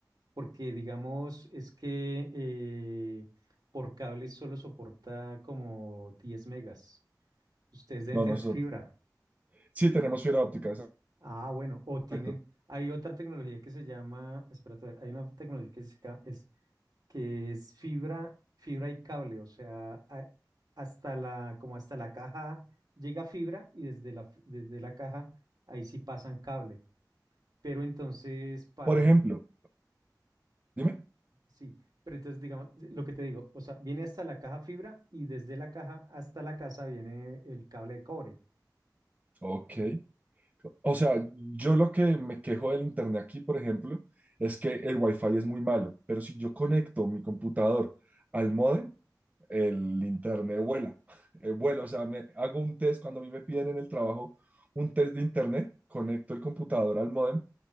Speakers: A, on the right; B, on the right.
A: porque digamos es que eh, por cable solo soporta como 10 megas. Ustedes deben
B: No,
A: tener
B: nosotros.
A: fibra.
B: Sí, tenemos fibra óptica,
A: Ah, bueno, o tienen,
B: exacto.
A: hay otra tecnología que se llama, espérate, a ver, hay una tecnología que se ca- es, que es fibra, fibra y cable, o sea, a- hasta la, como hasta la caja llega fibra y desde la, fi- desde la caja ahí sí pasan cable. Pero entonces, para
B: Por ejemplo, dime.
A: Sí, pero entonces, digamos, lo que te digo, o sea, viene hasta la caja fibra y desde la caja hasta la casa viene el cable de cobre.
B: Ok. O sea, yo lo que me quejo del internet aquí, por ejemplo, es que el wifi es muy malo, pero si yo conecto mi computador al módem, el internet vuela, eh, vuela, o sea, me hago un test cuando a mí me piden en el trabajo un test de internet, conecto el computador al modem